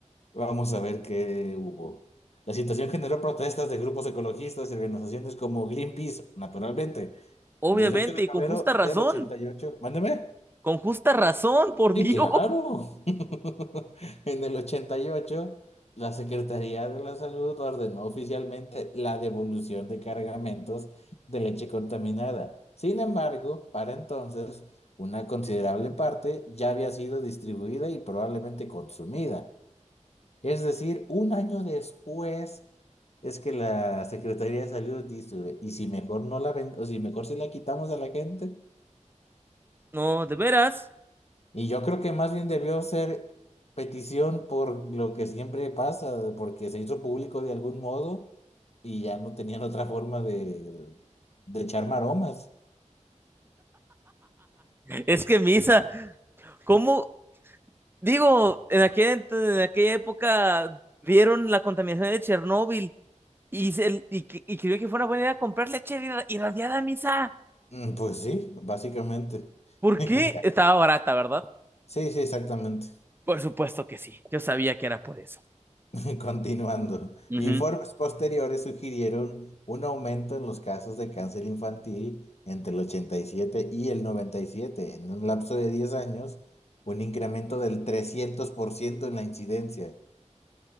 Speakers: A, on the left; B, on the right.
A: Vamos a ver qué hubo. La situación generó protestas de grupos ecologistas y organizaciones como Greenpeace, naturalmente,
B: Obviamente,
A: el 18 de febrero
B: y con justa razón.
A: del 88. Mándeme.
B: Con justa razón, por
A: Sí,
B: Dios.
A: claro. <laughs> En el 88, la Secretaría de la Salud ordenó oficialmente la devolución de cargamentos de leche contaminada. Sin embargo, para entonces, una considerable parte ya había sido distribuida y probablemente consumida. Es decir, un año después es que la Secretaría de Salud dice, ¿y si mejor no la ven, o si mejor si la quitamos a la gente?
B: No, de veras.
A: Y yo creo que más bien debió ser petición por lo que siempre pasa, porque se hizo público de algún modo y ya no tenían otra forma de, de echar maromas.
B: Es que misa, ¿cómo? Digo, en aquel, en aquella época vieron la contaminación de Chernóbil y, se, y, que- y creyó que fuera buena idea comprar leche irra- irradiada, misa.
A: Mm, Pues sí, básicamente. <laughs>
B: ¿Por
A: Mira,
B: qué? Estaba barata, ¿verdad?
A: Sí, sí, exactamente.
B: Por supuesto que sí. Yo sabía que era por eso.
A: <laughs> Continuando. Informes
B: Ujú.
A: posteriores sugirieron un aumento en los casos de cáncer infantil entre el ochenta y siete y el noventa y siete En un lapso de 10 años, un incremento del 300% en la incidencia.